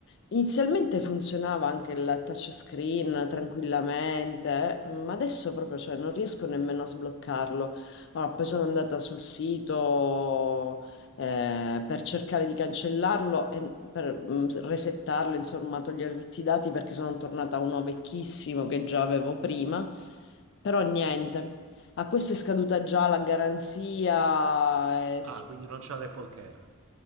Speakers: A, on the left; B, on the right.
A: Inizialmente funzionava anche il touchscreen tranquillamente, ma adesso proprio, cioè, non riesco nemmeno a sbloccarlo. Allora, poi sono andata sul sito, eh, per cercare di cancellarlo e per mm, resettarlo, insomma, togliere tutti i dati perché sono tornata a uno vecchissimo che già avevo prima, però niente. A questo è scaduta già la garanzia, eh, sì,
B: Ah, quindi non c'ha l'Apple Care.